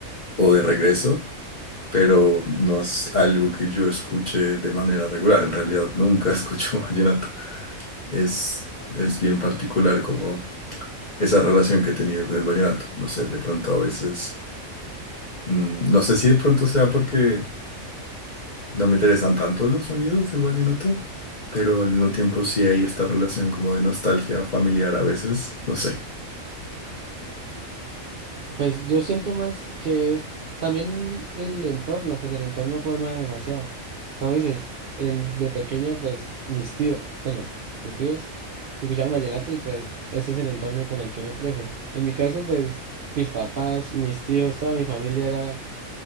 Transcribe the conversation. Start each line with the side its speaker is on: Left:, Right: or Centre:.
Left: o de regreso, pero no es algo que yo escuche de manera regular. En realidad nunca <laughs> escucho vallenato. Es, es bien particular como esa relación que he tenido con el vallenato. No sé, de pronto a veces, mm, no sé si de pronto sea porque No me interesan tanto los sonidos del vallenato, pero al mismo tiempo sí hay esta relación como de nostalgia familiar a veces, no sé,
Right: Pues yo siento más que es c- también el entorno, pues el entorno forma demasiado. Como dices, en, de pequeño, pues mis tíos, bueno, tus tíos, escuchaban vallenato y pues ese es el entorno con el que uno crece. En mi caso, pues mis papás, mis tíos, toda mi familia era